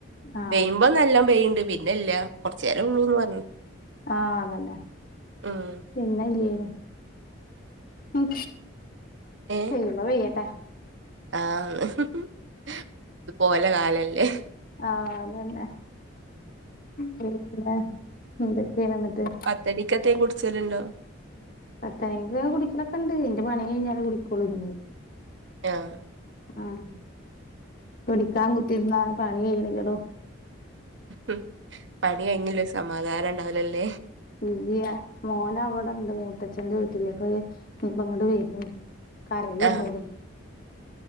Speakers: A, on the left (about 45°); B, on the right (about 60°).
A: ആ
B: പെയ്യുമ്പം നല്ലം പെയ്യണ്ട്, പിന്നെ ഇല്ല കൊറച്ച നേരം ഉള്ളൂന്ന് പറഞ്ഞു....
A: ആഹ് അതന്നെ!
B: ഉം
A: പിന്നെല്ലേന്നു.... ഉം...
B: ഏഹ്
A: പെയ്യ്മ്പോ പെയ്യട്ടെ! !
B: ആഹ്! ഹ്ഹ ഹ്ഹ ഹ! ഇത് പോലെ കാലല്ലേ?
A: ആഹ്! അതന്നെ! പിന്നെ എന്തോ ക്കെയണെന്നിട്ടു??
B: പത്തടിക്കത്തേ കുടിച്ചരുണ്ടോ..?
A: പത്തയിന കുടിക്കളൊക്കെ ഉണ്ട്. എന്റെ പണി കഴിഞ്ഞാല് കുടിക്കോളൂ ഇനി
B: ആഹ്! !
A: ആഹ്! കുടിക്കാൻ കുത്തിരുന്നാൽ പണി ചെയ്യണടോ
B: ഹം... പണി കഴിഞ്ഞില്ലോ സമാധാനം ഉണ്ടാവലല്ലേ?
A: ഇല്ല്യ.. മോനവിടെണ്ട് മൂത്ത.... മുത്തച്ഛന്റെ വീട്ടിലിപ്പൊ ഇനിപ്പ അങ്ങോട് വരും കറി
B: ആഹ്
A: ഇല്ല...